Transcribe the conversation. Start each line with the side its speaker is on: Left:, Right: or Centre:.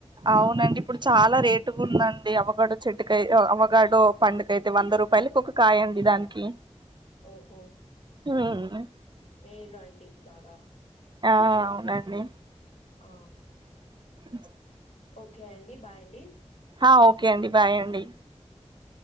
Right: అవునండి ఇప్పుడు చాలా రేటుగా ఉందండి అవకడో చెట్టుకాయ్ అవకాడో పండుకైతే వన్ వంద రూపాయలకి ఒక కాయండి దానికి
Left: ఓహో
Right: మ్
Left: మెయిలు అండి బాగా
Right: ఆ అవునండి
Left: ఆ
Right: అ
Left: ఓకే అండి బాయ్ అండి
Right: అ ఓకే అండి బాయ్ అండి
Left: స్